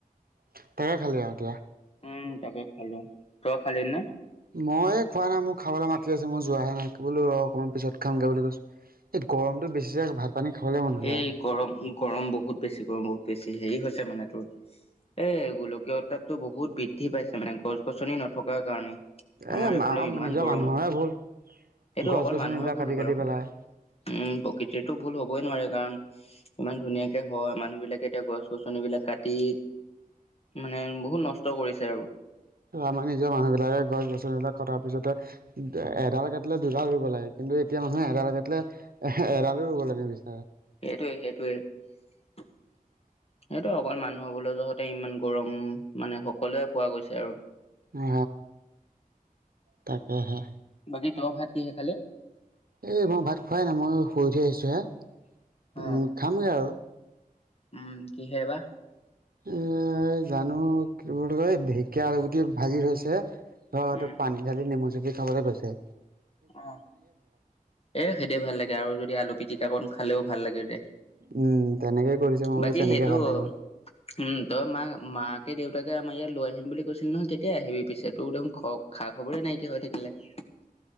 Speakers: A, on the right; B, on the left.
A: তাকে খালি আৰু এতিয়া।
B: উম, তাকে খালো তই খালি নে?
A: মই খোৱা নাই মোক খাবলৈ মাতি আছে। মই যোৱাহে নাই বোলো ৰ অকমান পিছত খামগৈ বুলি কৈছো। এই গৰমতটো বেছি যে ভাত পানী খাবলৈ মন নাযায়।
B: এই গৰম গৰম বহুত বেছি গৰম বহুত বেছি। হেৰি হৈছে মানে তোৰ এ গোলকীয় উত্তাপটো বহুত বৃদ্ধি পাইছে মানে গছ গছনি নথকাৰ কাৰণে।
A: এ
B: আমাৰ এইফালে ইমান
A: নিজৰ
B: গৰম।
A: মানুহৰে ভুল
B: সেইটো
A: গছ
B: অকল
A: গছনিবিলাক
B: মানুহৰ ভুল
A: কাটি
B: বাৰু
A: কাটি
B: উম,
A: পেলাই।
B: প্ৰকৃতিৰতো ভুল হ'বই নোৱাৰে কাৰণ ইমান ধুনীয়াকে হয় মানুহ বিলাকে এতিয়া গছ গছন বিলাক কাটি মানে বহুত নষ্ট কৰিছে আৰু।
A: আমাৰ নিজৰ মানুহ বিলাকে গছ গছন বিলাক কটাৰ পিছতে এডাল কাটিলে দুডাল ৰুব লাগে কিন্তু কিন্তু এতিয়া মানুহ এডাল কাটিলে এ এডালে ৰুব লাগে বেছি।
B: সেইটোৱে - সেইটোৱে সেইটো অকল মানুহৰ বোলে যহতে ইমান গৰম মানে সকলোৱে পোৱা গৈছে আৰু
A: অ, তাকেহে
B: বাকী তহ ভাত কিহে খালি?
A: এ মই ভাত খোৱাই নাই মই শুই উঠি আহিছো হে
B: অ
A: উম, খামগে আৰু।
B: উম, কিহেই বা
A: এ জানো কি বুলি কয় ঢেকীয়া আৰুল গুটি ভাগি থৈছে। অ,
B: উম
A: ত পানী ঢালি নেমু চেপি খাবলৈ গৈছে।
B: অ, এ সেইদ ভাল লাগে আৰু যদি আলু পিটিকা কন খালেও ভাল লাগে দে।
A: উম তেনেকে কৰিছে মই বোলো
B: বাকী
A: তেনেকে
B: সেইটো
A: ভাল লাগিব
B: উম, তই মা মা ত দেউতাকে আমাৰ ইয়াত লৈ আহিম বুলি কৈছিল নহয় কেতিয়া আহিবি পিছে তোৰ দেখোন খা খবৰেই নাইকিয় হৈ থাকিলে। উ <unintelligible>